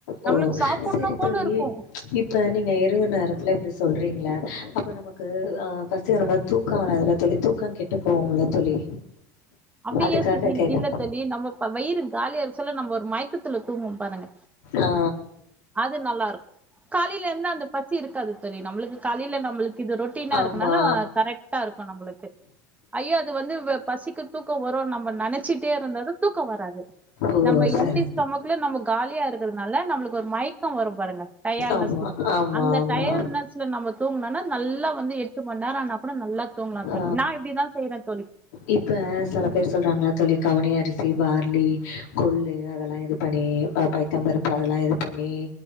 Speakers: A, on the right; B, on the left.
A: நம்மளுக்கு
B: ஓ
A: சாப்பிடணும்
B: செரி
A: போல
B: தோழி
A: இருக்கும்
B: இப்ப நீங்க இரவு நேரத்துல இப்டி சொல் றீங்கள அப்போ நமக்கு அ பசிவரும் போது தூக்கம் வராதுல்ல தோழி தூக்கம் கெட்டு போகும்ல தோழி
A: அப்டி
B: அதுக்காக
A: யோசிக்கிறீங்க
B: கேட்டேன்.
A: இல்ல தோழி நம்ம வயிறு காலியா இருக்க சொல்ல நம்ம ஒரு மயக் கத்துல தூங்குவோம் பாருங்க
B: ஆ
A: அது நல்லா இருக்கும் காலையில எலுந்தா அந்த பசி இருக்காது செரி நம்மளுக்கு காலையில நம்மளுக்கு இது ரொட்டீனா
B: ஆமா.
A: இருக்கனால கரெக்ட்டா இருக்கும் நம்மளுக்கு ஐய்யோ அது வந்து பசிக்கு தூக்கம் வரும் நம்ம நினைச்சிட்டே இருந்தது தூக்கம் வராது
B: ஓ!
A: நம்ம
B: சரி.
A: எம்டி ஸ்டோமக்ல நம்ம காலியா இருக்குறதுனால நம்மளுக்கு ஒரு மய்க்கம் வரும் பாருங்க டயர்ட்னஸ்ல
B: ஆமா, ஆமா,
A: அந்த
B: ஆமா.
A: டயர்ட்னஸ்ல நம்ம தூங்குனோன்னா நல்லா வந்து எட்டு மணி நேர ஆனா கூட நல்லா தூங்கலாம்
B: ஆ
A: தோழி நான்இப்டி தான் செய்றேன் தோழி
B: இப்ப சில பேர் சொல்றாங்க தோழி கவுனி அரிசி பார்லி கொல்லு அதெல்லாம் இது பண்ணி பைத்தம்பருப்பு அதெல்லாம் இது பண்ணி